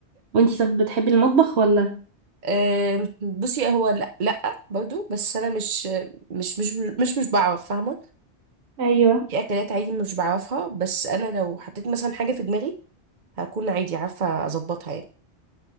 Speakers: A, on the right; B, on the right.
A: وانتي طب بتحبي المطبخ ولا
B: آم، بصي هو لا لا برضو بس انا مش مش مش مش مش بعرف فاهمه
A: ايوه
B: في اكلات عادي مش بعرفها بس انا لو حطيت مثلا حاجه في دماغي هكون عادي عارفه اظبطها يعني